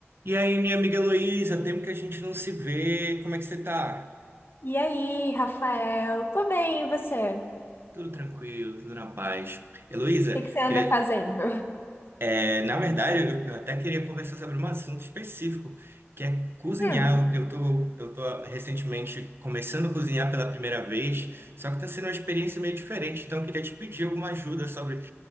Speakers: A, on the right; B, on the left.
A: E aí, minha amiga Heloísa, tempo que a gente não se vê, como é que você tá?
B: E aí, Rafael? Tô bem, e você? O
A: Tudo tranquilo, tudo na paz. Heloísa,
B: que que você anda
A: queria-
B: fazendo?
A: é, na verdade, eu, eu até queria conversar sobre um assunto específico, que é cozinhar.
B: Hum,
A: Eu, eu tô, eu tô recentemente começando a cozinhar pela primeira vez, só que tá sendo uma experiência meio diferente, então eu queria te pedir alguma ajuda sobre